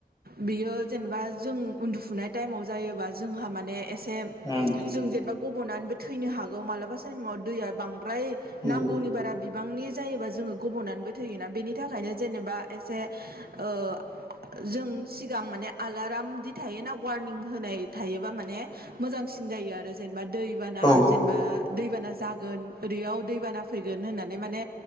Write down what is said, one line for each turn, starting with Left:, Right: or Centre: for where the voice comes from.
Right: बियो जेनेबा जों उन्दुफुनाय टाइमाव जायोबा जोंहा माने एसे।
Left: उम
Right: जों जेनेबा गब'नानैबो थैनो हागौ मालाबा साइमाव दैआ बां। ओमफाय
Left: उम
Right: नांगौनि बारा बि‌। बिबांनि जायोबा जोङो गब'नानैबो थैयोना बेनि थाखायनो जेनेबा एसे ओ। जों सिगां माने आलारामदि थायोना वारनिं होनाय थायोबा माने। मोजांसिन जायो आरो जेनेबा दैबाना
Left: औ
Right: जेनेबा। दैबाना जागोन ओरैयाव दैबाना फैगोन होननानै माने